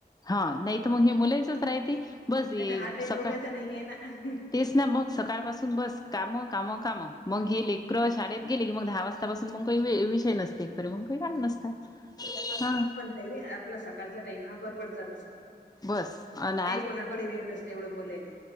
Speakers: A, on the left; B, on the left.
A: हा नाही तर मग हे मुलाचच राहती. बस ये
B: नाही तर हा टाइम
A: सकाळ.
B: बोलायचा <unintelligible>
A: तेच ना मग सकाळपासून बस कामं कामं कामं मग हे लेकरं
B: हा
A: शाळेत गेले की मग दहा वाजतापासून मग काही विषय नसते एककरी मग काही काम नसत हा.
B: काई आपला सकाळचा टाईम हा गडबडचा नसते
A: बस आणि
B: काही कोणाकडे वेळ नस तेवढं बोलायले